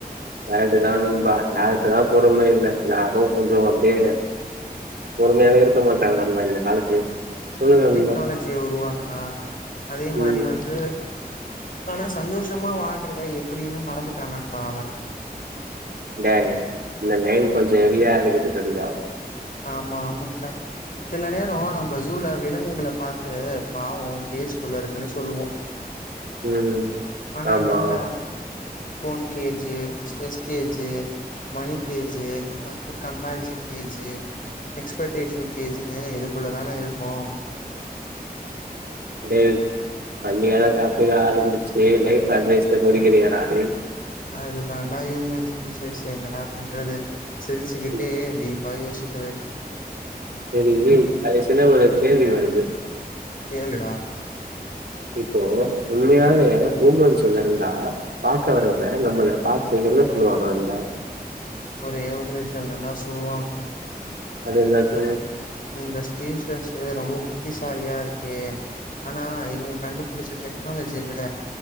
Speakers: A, on the right; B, on the left.
A: கரெக்ட் தான் நண்பா ஞாயத்துக்குத்தான் பொறுமை இல்ல நானு கொஞ்சோ அப்படியே பொறுமையாக இருத்த மாட்டாங்க நண்பா இந்த காலத்துல சொல்லுங்க
B: டெக்னாலஜியை
A: நண்பா
B: உருவாக்குனா அதே மாதிரி
A: ம்
B: வந்து ஆனா சந்தோஷமா வாழ்றத எப்படின்னு மறந்துட்ட நண்பா அவன்
A: டைய் இந்த லைன் கொஞ்சோ ஹெவியா இருக்குது நண்பா
B: ஆமா ஆமா டா சில நேரம் நம்ம சூவ்ல விலங்குகள பார்த்து பாவம் கேஸ்க்குள்ள இருக்குன்னு சொல்லுவோம்
A: ம்
B: ஆனா
A: ஆமா
B: நம்ம ஃபோன் கேஜி ஸ்டஸ் கேஜி மணி கேஜி அதுற கம்பாரசன் கேஜி எக்ஸ்பெக்டேஷன் கேஜின்னு இதுக்குள்ளதானே இருக்கும்
A: அடேய் பண்ணியான டாப்பிக்க ஆரம்பிச்சு லைப் அட்வைஸ்ல முடிக்கிறியேடா அடேய்
B: அதுதாண்டா ஹியூமன் ஸ்பீசிஸ் என்னடா பண்றது சிரிச்சுக்கிட்டே
A: ம்,
B: டிப் வாயோசிக்கலைக்கும்
A: சரி கடைசில ஒரு கேள்வி வருது
B: கேளுடா
A: இப்போ உண்மயாவே ஊமன்ஸ் இருந்தா பாக்க வரவங்க நம்மளை பாத்து என்ன சொல்லுவாங்க நண்பா
B: ஒரே ஒரு விஷயம் தான் டா சொல்லுவாங்க
A: அது என்னச்சு
B: இந்த ஸ்பீசஸ் ரொம்ப புத்திசாலியா இருக்கே ஆனா இவங்க கண்டுபிடிச்ச டெக்னாலஜிய விட